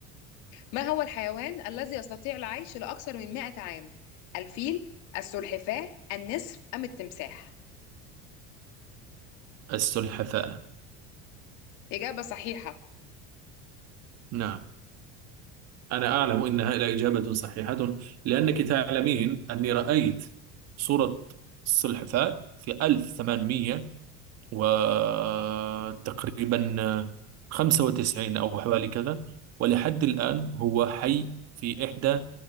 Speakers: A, on the left (about 65°); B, on the right (about 50°).
A: ما هو الحيوان الذي يستطيع العيش لأكثر من 100 عام الفيل السلحفاة النسر أم التمساح
B: السلحفاة
A: إجابة صحيحة
B: نعم أنا أعلم إنها لا إجابة صحيحة لأنك تعلمين أني رأيت صورة السلحفاة في 1800 وتقريبا 95 أو حوالي كذا ولحد الآن هو حي في إحدى